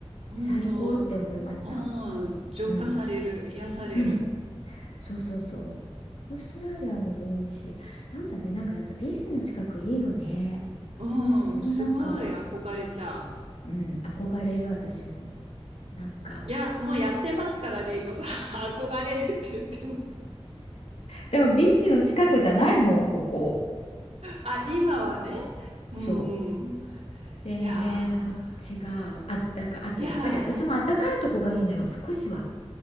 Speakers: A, on the right; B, on the left.
A: 本当、
B: 最高って思いました。
A: うん、浄化される、
B: うん。
A: 癒される。
B: うん。そうそうそう。オーストラリアもいいし、そうだね。なんかやっぱビーチの近くいいよね。
A: うん、
B: 私もなんか、
A: すごい憧れちゃ
B: うん、憧れる私も。なんか。
A: う。いや、もうやってますから、レイコさん。<laughs> 憧れるって言っても。
B: でもビーチの近くじゃないもん、ここ。
A: あ、今はね。うんうん。
B: そう。全然違う。
A: いや
B: あ、だから、あとやっぱり私もあったかいとこがいいのよ、
A: ー、いやー。
B: 少しは。